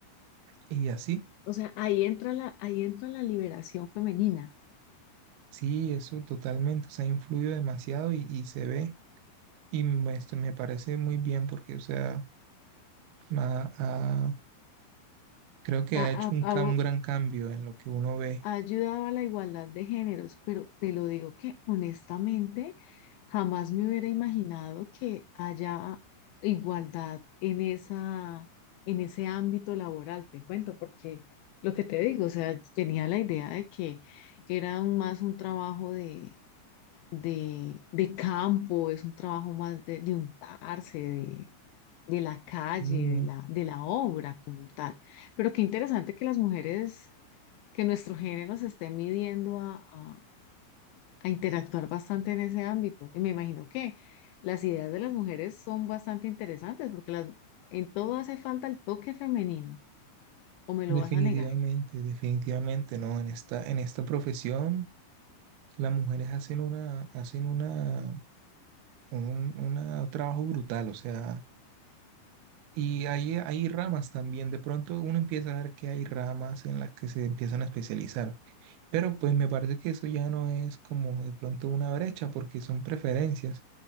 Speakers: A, on the right; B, on the left.
A: y así.
B: O sea, ahí entra la, ahí entra la liberación femenina.
A: Sí, eso totalmente, o sea, ha influido demasiado y, y se ve y me, este, me parece muy bien porque, o sea, ma- ha- creo que
B: A,
A: ha
B: a-
A: hecho un, ca-
B: a-
A: un gran cambio en lo que uno ve.
B: ha ayudado a la igualdad de géneros, pero te lo digo que honestamente jamás me hubiera imaginado que haya igualdad en esa, en ese ámbito laboral, te cuento, porque lo que te digo, o sea, tenía la idea de que era un- más un trabajo de, de, de campo, es un trabajo más de, de untarse, de, de la calle,
A: Y no,
B: de la, de la obra como tal. Pero qué interesante que las mujeres que nuestro género se esté midiendo a, a- a interactuar bastante en ese ámbito. Y me imagino que las ideas de las mujeres son bastante interesantes porque las, en todo hace falta el toque femenino, o me lo
A: definitivamente,
B: vas a negar.
A: definitivamente, no, en esta, en esta profesión. las mujeres hacen una, hacen una, un, una un trabajo brutal, o sea, y hay, hay ramas también, de pronto uno empieza a ver que hay ramas en las que se empiezan a especializar, pero pues me parece que eso ya no es como de pronto una brecha, porque son preferencias.